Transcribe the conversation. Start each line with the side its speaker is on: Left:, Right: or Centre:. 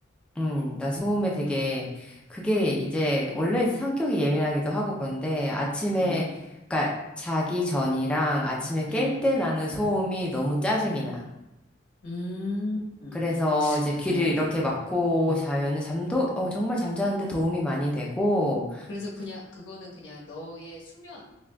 Centre: 응, 나 소음에 되게,
Left: 음,
Centre: 그게 이제 원래 성격이 예민하기도 하고 그런데 아침에,
Left: 음,
Centre: 그러니까 자기 전이랑 아침에 깰
Left: 음,
Centre: 때 나는 소음이 너무 짜증이 나.
Left: 음, 음.
Centre: 그래서 이제 귀를
Left: 어.
Centre: 이렇게 막고 자면은 잠도, 어, 정말 잠자는데 도움이 많이 되고,
Left: 그래서 그냥 그거는 그냥 너의 수면을